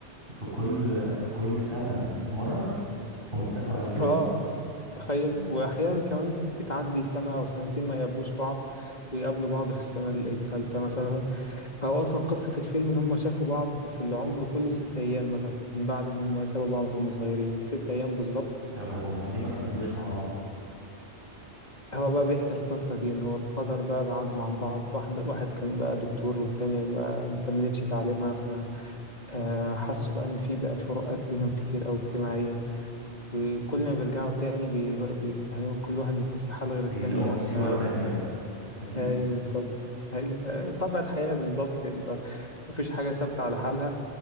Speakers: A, on the right (about 50°); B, on the left (about 35°).
A: في كل في كل سنة مرة هم اتفقوا على كده
B: اه تخيل وأحيانا كمان بتعدي سنة أو سنتين ما يقابلوش بعض ويقابلوا بعض في السنة التالتة مثلا فهو أصلا قصة الفيلم إن هما شافوا بعض في العمر كله ست أيام مثلا من بعد ما هما سابوا بعض وهم صغيرين ست أيام بالظبط
A: طب وهم ليه ما كملوش مع بعض
B: هو بقى بيحكي القصة دي إن هو القدر بقى بعدهم عن بعض واحد واحد كان بقى دكتور والتانية ما ما كملتش تعليمها فحسوا بقى إن في بقت فروقات بينهم كتير أو اجتماعية وكل ما بيرجعوا تاني بي بي- يعني كل واحد بيكون في حال غير التانية
A: بيلاقوا مصيبة
B: ف
A: تانية <laughs> أكيد
B: أيوه بالظبط أيوه آه، طبع الحياة بالظبط إن مفيش حاجة ثابتة على حالها